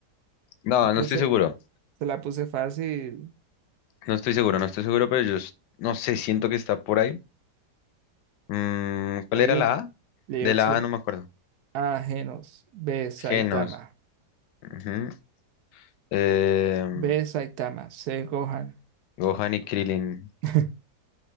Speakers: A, on the left; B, on the right.
A: No,
B: La puse-
A: no estoy seguro.
B: se la puse fácil.
A: No estoy seguro, no estoy seguro, pero yo s- no sé, siento que está por ahí. Mm, ¿cuál
B: Le
A: era
B: di,
A: la
B: op-
A: A?
B: le di
A: De
B: opción
A: la A no me acuerdo.
B: A. Genos. B. Saitama.
A: Genos. ujú. Eh,
B: B. Saitama. C. Gohan.
A: Gohan y Krillin.
B: <laughs>